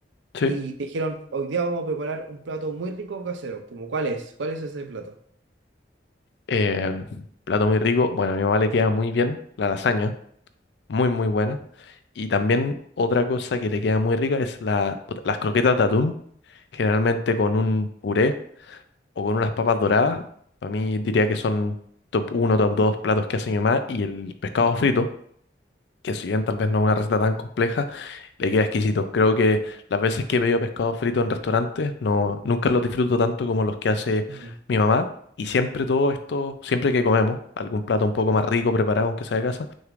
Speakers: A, on the left; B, on the right.
A: Sí.
B: y te dijeron, hoy día vamos a preparar un plato muy rico casero, como cuál es? ¿Cuál es ese plato?
A: Em, plato muy rico. Bueno, a mi mamá le queda muy bien la lasaña. muy, muy buena. Y también otra cosa que le queda muy rica es la, puta, las croquetas de atún, generalmente con un puré o con unas papas doradas. Para mí diría que son top uno top 2 platos que hace mi mamá. Y el pescado frito, que si bien tal vez no es una receta tan compleja, le queda exquisito. Creo que las veces que he pedido pescado frito en restaurantes, no, nunca los disfruto tanto como los que hace
B: Mm,
A: mi mamá. Y siempre todo esto, siempre que comemos algún plato un poco más rico preparado, aunque sea de casa,